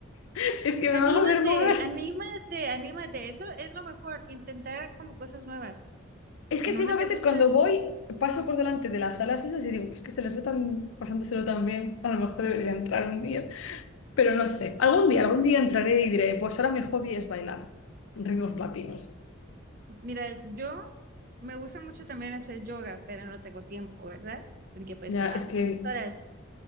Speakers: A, on the left; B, on the right.
A: <laughs> es que
B: Anímate,
A: me van a ver mover.
B: anímate, anímate. Eso es lo mejor, intentar como cosas nuevas.
A: Es que
B: En
A: encima
B: una
A: a
B: te
A: veces
B: gustan.
A: cuando voy, paso por delante de las salas esas y digo, pues que se les ve tan, pasándoselo tan bien, a lo mejor debería entrar un día, pero no sé, algún día, algún día entraré y diré, pues ahora mi hobby es bailar ritmos latinos.
B: Mira, yo me gusta mucho también hacer yoga, pero no tengo tiempo, ¿verdad? Porque pues
A: Ya,
B: trabajo
A: es que,
B: muchas horas.